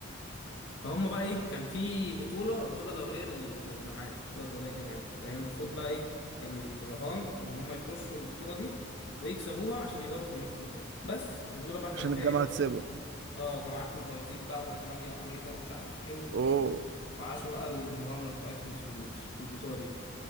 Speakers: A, on the left; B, on the right.
A: فهم بقى ايه كان في بطولة بطولة دولية لل- للجامعات البطولة الدولية للجامعات فهي المفروض بقى ايه كان الرهان ان هم يخشوا البطولة دي ويكسبوها عشان يقدروا يكملوا في الجامعة بس البطولة بقى كان
B: عشان
A: فيها
B: الجامعة
A: ايه ال-
B: تسيبه
A: اه جامعات من البرازيل بقى والمانيا وامريكا ومش عارف ايه و...
B: اوه
A: وعاشوا بقى المغامرة بتاعتهم <laughs> في ال- في البطولة دي